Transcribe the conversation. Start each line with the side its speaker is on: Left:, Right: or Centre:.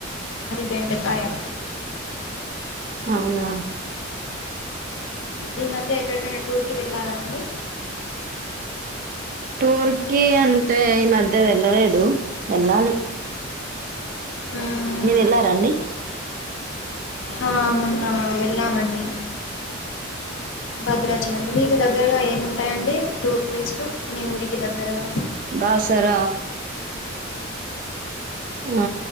Left: పిండకాయ
Right: అవునా
Left: ఈ మధ్య ఎక్కడికైనా టూర్ కి వెళ్ళారా అండి
Right: టూర్కీ అంటే ఈ మధ్య వెళ్ళలేదు వెళ్ళాలి
Left: మ్మ్.
Right: మీరు వెళ్ళారాండి
Left: ఆ మొన్న వెళ్ళామండి, భద్రాచల మీకు దగ్గరగా ఏముంటాయండి, టూర్ ప్లేస్లు మీ ఊరికి కి దగ్గరగా
Right: బాసర ఆ